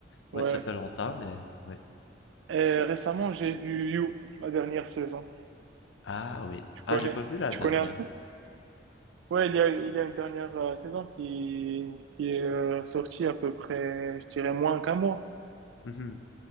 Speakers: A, on the right; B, on the left.
A: Ouais.
B: Ouais, ça fait longtemps, mais ouais.
A: Et récemment j'ai vu You, la dernière saison.
B: Ah oui.
A: Tu connais,
B: Ah, j'ai pas vu la
A: tu
B: dernière.
A: connais un peu? Ouais, il y a, il y a une dernière euh, saison qui, qui est euh, sortie à peu près, je dirais moins qu'un mois.
B: Mhm.